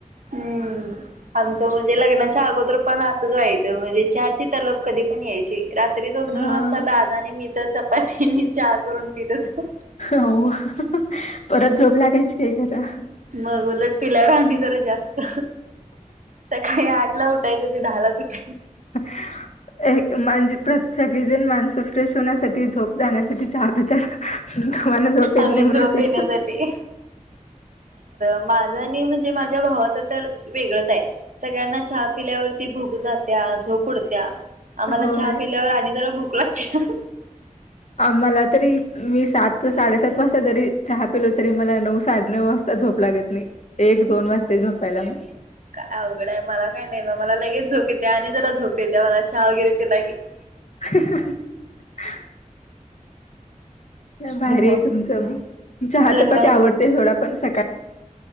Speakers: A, on the right; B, on the left.
A: हम्म. आमचं म्हणजे लग्नाच्या अगोदर पण असंच व्हायचं, म्हणजे चहाची तलब कधी पण यायची, रा री दोन
B: हा
A: दोन वाजता दादा आणि मी तर चपातीने चहा करून पित होतो.
B: हो परत झोप लागायची काय खरं.
A: मग उलट पिल्यावर आणि जरा जास्त सकाळी आठ ला उठायचं ते दहालाच उठायचं.
B: <inaudible> एक म्हणजे प्रत सगळीजण माणस फ्रेश होण्यासाठी झोप जाण्यासाठी चहा तुम्हाला झोप येत
A: आम्ही
B: नाही म्हणून
A: झोप
B: पिता
A: येण्यासाठी माझा आणि म्हणजे माझ्या भावाच तर वेगळंच आहे सगळ्यांना चहा पिल्यावरती भूक जात्या झोप उडत्या आम्हाला
B: होय
A: चहा पिल्यावर आणि जरा भूक लागत्या
B: मला तरी मी सात साडेसात वाजता जरी चहा पेलो तरी मला नऊ साडे नऊ वाजता झोप झोप लागत नाही एक दोन वाजतय झोपायला म
A: काय अवघडंय मला काय नाही म मला लगेच झोप येते आणि जरा झोप येते मला चहा वगैरे <inaudible>
B: <inaudible> भारी
A: हॅलो
B: आहे तुमचं मत चहा चपाती
A: लग्नात
B: आवडते सोडा पण स